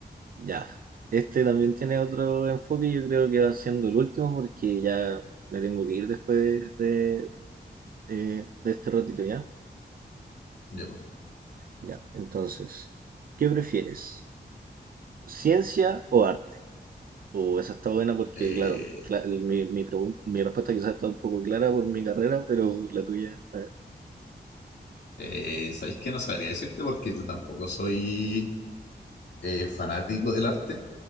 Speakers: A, on the right (about 55°); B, on the left (about 80°).
A: ya. Este también tiene otro enfoque y yo creo que va siendo el último porque ya me tengo que ir después de, de, eh, de este ratito ya.
B: Ya, pues.
A: Ya, entonces, ¿qué prefieres? ¿Ciencia o arte? O esa está buena porque,
B: Eh,
A: claro, cla- el- mi, mi, pregun- mi respuesta quizás está un poco clara por mi carrera, pero la tuya, a ver.
B: eh, ¿sabéis qué? No sabría decirte porque yo tampoco soy eh, fanático del arte.